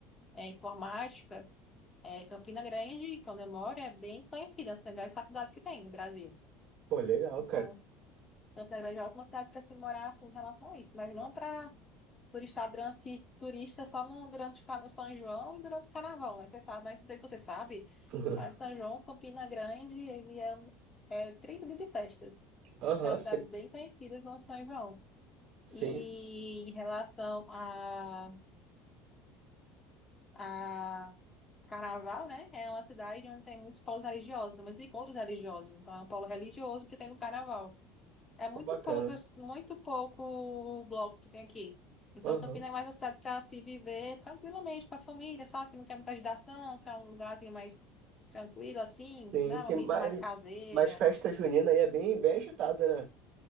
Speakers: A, on the left (about 20°); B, on the right (about 50°).
A: é, informática, é, Campina Grande, que é onde eu moro, é bem conhecida, é uma das melhores faculdades que tem no Brasil.
B: Pô, legal,
A: Então,
B: cara.
A: Campina Grande é uma ótima cidade para se morar, assim, em relação a isso, mas não para turista durante turista só no, durante o ca- no São João e durante o Carnaval, né? Você sabe, mas não sei se você sabe,
B: <laughs>
A: mas São João, Campina Grande, ele é, é 30 dias de festas.
B: Aham,
A: Então, é uma cidade
B: sim.
A: bem conhecida no São João.
B: Sim,
A: E
B: sim.
A: em relação a, a Carnaval, né? É uma cidade onde tem muitos polos religiosos, muitos encontros religiosos. Então, é um polo religioso que tem no Carnaval. É muito
B: Pô, bacana.
A: pouco, muito pouco o bloco que tem aqui. Então,
B: Aham.
A: Campinas é mais uma cidade para se viver tranquilamente com a família, sabe? Que não quer muita agitação, quer um lugarzinho mais tranquilo, assim,
B: Sim,
A: né?
B: sim.
A: Uma vida
B: Mas,
A: mais caseira,
B: mas festa junina aí é bem, bem agitada, né?